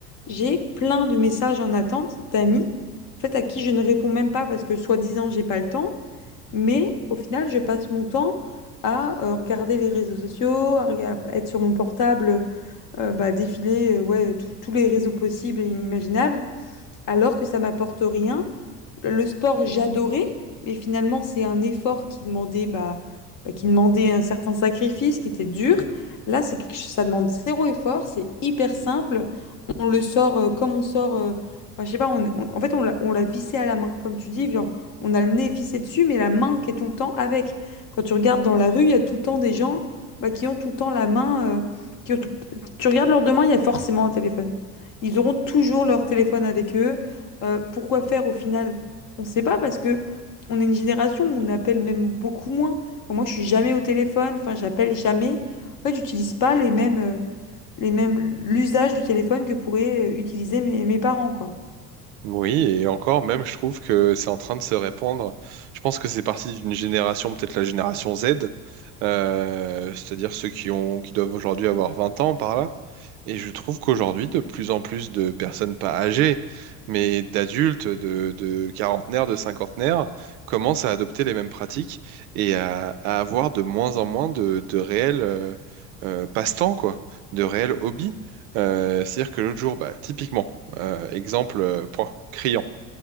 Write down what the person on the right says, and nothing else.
Oui, et encore, même, je trouve que c'est en train de se répandre. Je pense que c'est parti d'une génération, peut-être la génération Z, euh, c'est-à-dire ceux qui ont, qui doivent aujourd'hui avoir 20 ans par là, et je trouve qu'aujourd'hui, de plus en plus de personnes pas âgées, mais d'adultes, de, de quarantenaires, de cinquantenaires, commencent à adopter les mêmes pratiques et à, à avoir de moins en moins de, de réels euh, euh, passe-temps, quoi, de réels hobbies. Euh, c'est-à-dire que l'autre jour, bah, typiquement, euh, exemple euh, point, criant,